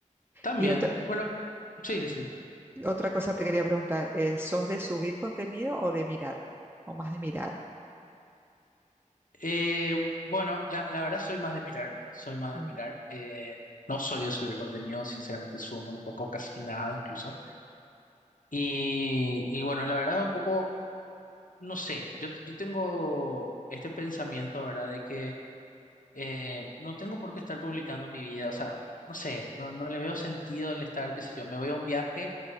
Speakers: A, on the left; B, on the right.
A: También,
B: Y otra,
A: bueno, sí, decime.
B: otra cosa te quería preguntar, eh, ¿sos de subir contenido o de mirar? ¿O más de mirar?
A: Eh, bueno, la, la verdad soy más de mirar, soy más
B: Mm,
A: de mirar. eh, no soy de subir contenido, sinceramente subo muy poco, casi nada incluso. Y, y bueno, la verdad un poco, no sé, yo, yo tengo este pensamiento, ¿verdad? De que eh, no tengo por qué estar publicando mi vida, o sea, no sé, no, no le veo sentido el estar, qué sé yo, me voy a un viaje